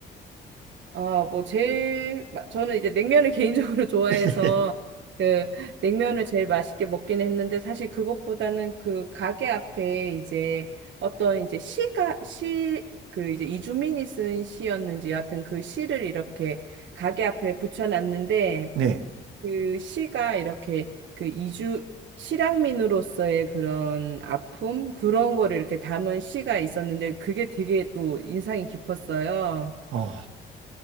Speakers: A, on the right; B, on the right.
A: 아, 뭐 제일 마- 저는 이제 냉면을 <laughs> 개인적으로 좋아해서
B: <laughs>
A: 그 냉면을 제일 맛있게 먹긴 했는데 사실 그것보다는 그 가게 앞에 이제 어떤 이제 시가 시 그 이제 이주민이 쓴 시였는지 여하튼 그 시를 이렇게 가게 앞에 붙여놨는데
B: 네.
A: 그 시가 이렇게 그 이주 실향민으로서의 그런 아픔 그런 거를 이렇게 담은 시가 있었는데 그게 되게 또 인상이 깊었어요.
B: 어.